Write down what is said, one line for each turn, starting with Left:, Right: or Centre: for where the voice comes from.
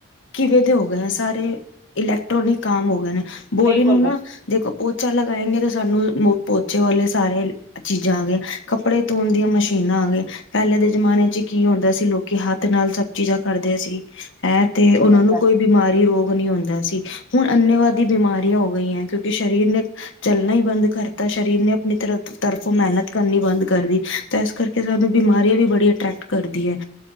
Left: ਕਿਵੇਂ ਦੇ ਹੋ ਗਏ ਆ ਸਾਰੇ ਇਲੈਕਟ੍ਰੋਨਿਕ ਕੰਮ ਹੋ ਗਏ ਨੇ, ਬੋਡੀ
Right: ਬਿਲਕੁਲ
Left: ਨੂੰ ਨਾ
Right: ਬਿਲਕੁਲ
Left: ਦੇਖੋ ਪੋਚਾ ਲਗਾਏਗੇ ਤੇ ਸਾਨੂੰ ਪੋਚੇ ਵਾਲੇ ਸਾਰੇ ਚੀਜ਼ਾਂ ਆ ਗਏ ਕੱਪੜੇ ਧੋਣ ਦੀਆਂ ਮਸ਼ੀਨਾਂ ਆ ਗਏ ਪਹਿਲੇ ਦੇ ਜਮਾਨੇ ਚ ਕੀ ਹੁੰਦਾ ਸੀ, ਲੋਕੀ ਹੱਥ ਨਾਲ ਸਭ ਚੀਜ਼ਾਂ ਕਰਦੇ ਸੀ। ਹੈ। ਤੇ ਉਹਨਾਂ
Right: ਸਹੀ
Left: ਨੂੰ
Right: ਗੱਲ
Left: ਕੋਈ ਬਿਮਾਰੀ ਰੋਗ ਨ ਹੁੰਦਾ ਸੀ। ਹੁਣ ਅੰਨੇਵਾਦੀ ਬਿਮਾਰੀਆਂ ਹੋ ਗਈਆਂ ਕਿਉਂਕਿ ਸਰੀਰ ਨੇ ਚੱਲਣਾ ਹੀ ਬੰਦ ਕਰਤਾ ਸਰੀਰ ਨੇ ਆਪਣੀ ਤਰ ਤਰਫੋਂ ਮਿਹਨਤ ਕਰਨੀ ਬੰਦ ਕਰਦੀ ਤੇ ਇਸ ਕਰਕੇ ਸਾਨੂੰ ਬਿਮਾਰੀਆਂ ਵੀ ਬੜੀ ਅਟਰੈਕਟ ਕਰਦੀ ਹੈ।